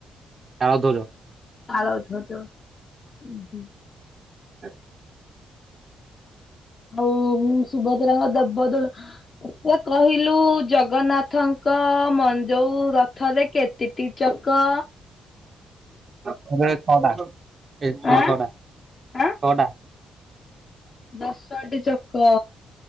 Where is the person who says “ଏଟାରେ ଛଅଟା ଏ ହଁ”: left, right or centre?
Right